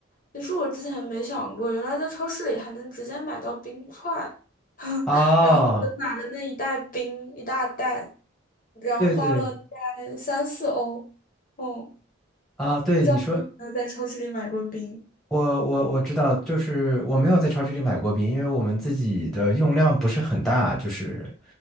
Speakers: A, on the left; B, in the centre.
A: 你说我之前没想过，原来在超市里还能直接买到冰块，<laughs>
B: 哦，
A: 然后我就买了那一袋冰，一大袋，然后花了大概三四欧。
B: 对对
A: 哦，
B: 啊，对，
A: 不知道你有没有在超市里买过冰？
B: 你说，我我我知道，就是我没有在超市里买过冰，因为我们自己的用量不是很大，就是。